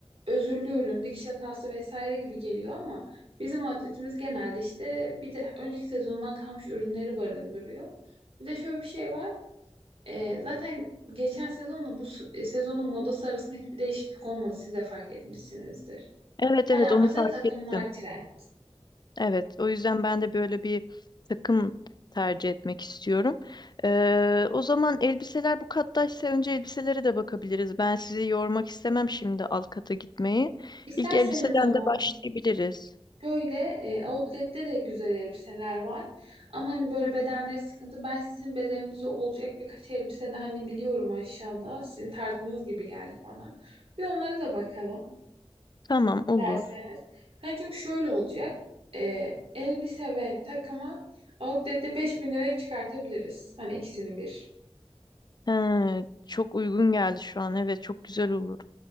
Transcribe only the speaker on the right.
özürlü ürün, dikiş hatası vesaire gibi geliyor ama bizim outletimiz genelde işte bir de önceki sezondan kalmış ürünleri barındırıyor. Bir de şöyle bir şey var. Ee, zaten geçen sezonla bu s- e, sezonun modası arasında hiçbir değişiklik olmadı. Siz de fark etmişsinizdir.
Hala
mesela
takımlar
trend.
İsterseniz
ama
Şöyle e, outlet'te de güzel elbiseler var. Ama hani böyle bedenleri sıkıntı. Ben sizin bedeninize olacak birkaç elbise de hani biliyorum aşağıda. Sizin tarzınız gibi geldi bana. Bir onlara da bakalım
derseniz. Hani çünkü şöyle olacak. E, elbise ve takımı outlet'te 5000 liraya çıkartabiliriz. Hani ikisini bir.